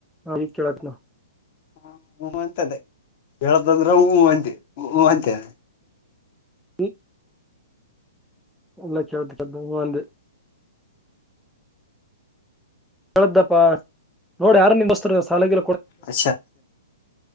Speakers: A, in the centre; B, on the left.
A: ಹ ಈ ಕೆಳಕ್ನ
B: ಹಾ ಅಂತದ ಹೇತಂದ್ರ ಹವಂತೆ ಹ ಅಂತೆ
A: ಹ ಒಲ್ಲ ಕೆಳ್ ಅ ಹೇಳ್ದಪ್ಪ ನೋಡಿ ಯಾರು ನಿನ್ರ ಸಾಲಾಗಿ
B: ಅ ಅ